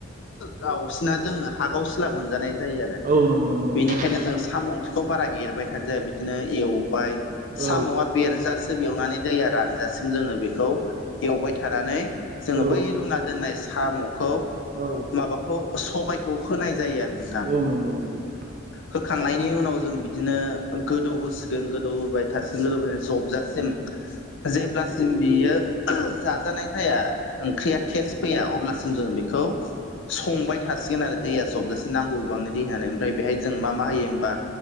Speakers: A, on the left; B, on the right.
A: गावसिना जोङो हागाव सिला मोनजानाय जायो आरो
B: औ नंगौ नंगौ नंगौ
A: बेनिखायनो जों साम' ओंख्रि खौ बारा एरबाय थानो जाया बिदिनो एवबाय
B: औ
A: साम'आ बेरजासि एवनानै दैया रानजासिम जोङो बेखौ एवबाय थानानै जोङो
B: औ
A: बै रुना दोननाय साम'खौ
B: औ।
A: माबाखौ सबायखौ होनाय जायो आरो नोंथां।
B: औ नंगौ नंगौ औ औ
A: होखांनायनि उनाव जों बिदिनो गोदौ होसिगोन गोदौ होबाय थासिगोन गोदौ होबाय थासिगोन जबजासिम जेब्लासिम बियो जाजानाय जाया ओंख्रिया थेस फैया अब्लासिम जोङो बेखौ संबाय थासिगोन आरो दैया जबजासेम नांगौ गोबांनि दैयानो ओमफ्राय बेहाय जों मा मा होयो होमबा